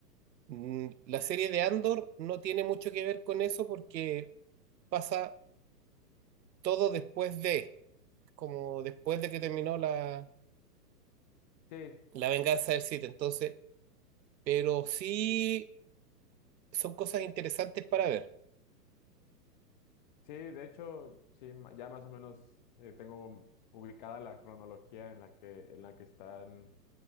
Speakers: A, on the right; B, on the left.
A: Mm, La serie de Andor no tiene mucho que ver con eso porque pasa todo después de, como después de que terminó la,
B: Sí,
A: la venganza del Sith, entonces, pero sí son cosas interesantes para ver.
B: sí, de hecho, sí, ma- ya más o menos eh, tengo ubicada la cronología en la que, en la que están